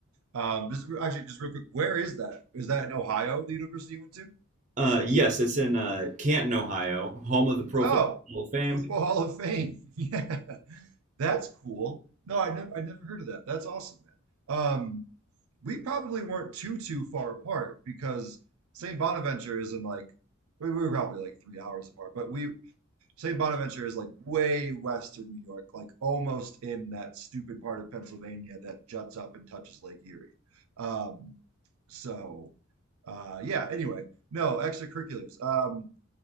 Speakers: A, on the right; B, on the right.
A: Um, just re- actually, just real quick, where is that? Is that in Ohio, the university you went to?
B: Uh, yes, it's in uh, Canton, Ohio, home of the Pro
A: Oh,
B: Football Hall of Fame.
A: Football Hall of Fame. <laughs> Yeah, that's cool. No, I never, I never heard of that. That's awesome, man. Um, we probably weren't too too far apart because St. Bonaventure is in like we, we were probably like three hours apart, but we St. Bonaventure is like way western New York, like almost in that stupid part of Pennsylvania that juts up and touches Lake Erie. Um, so uh, yeah. Anyway, no extracurriculars. Um,